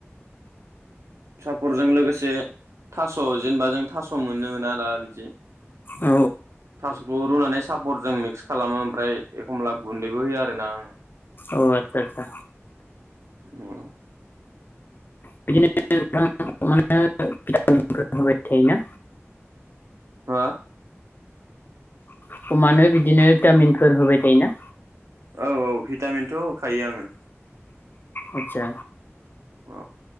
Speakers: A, on the right (about 85°); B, on the left (about 45°).
A: सापरजों लोगोसे थास जेनेबा जों थास मोनोना दा बिदि।
B: औ
A: थासखौ रुनानै। सापर जों मिक्स खालामो ओमफ्राय एखमब्ला गुन्दैबो होयो आरो ना आं।
B: औ आतसा आतसा।
A: उम।
B: बिदिनो <unintelligible> थायोना।
A: हो
B: ख <unintelligible>
A: औ औ भिटामिनथ होखायो आङो।
B: आतसा।
A: औ।